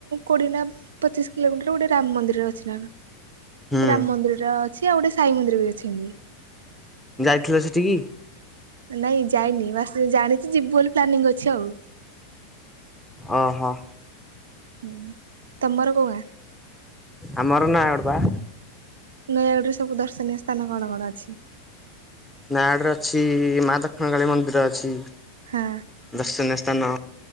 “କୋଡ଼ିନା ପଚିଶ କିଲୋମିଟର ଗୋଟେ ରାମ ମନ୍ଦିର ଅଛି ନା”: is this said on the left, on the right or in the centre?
Right